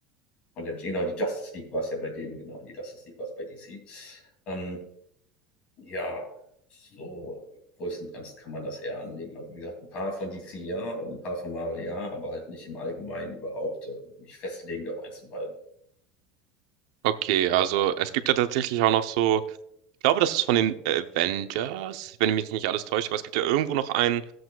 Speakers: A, on the left; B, on the right.
A: von der, genau, die Justice League war es ja bei denen, genau, die Justice League war es bei DC. Ähm, Ja, so größtenteils kann man das eher anlegen. Also wie gesagt, ein paar von DC ja und ein paar von Marvel ja, aber halt nicht im Allgemeinen überhaupt äh, mich festlegend auf eins von beiden.
B: Okay, also es gibt ja tatsächlich auch noch so. Ich glaube, das ist von den Avengers, wenn ich mich nicht alles täusche, aber es gibt ja irgendwo noch einen